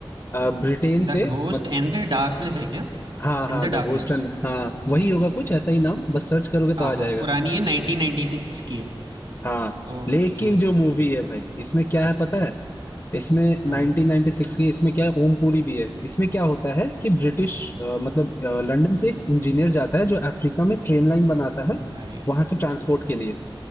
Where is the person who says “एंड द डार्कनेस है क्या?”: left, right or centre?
Right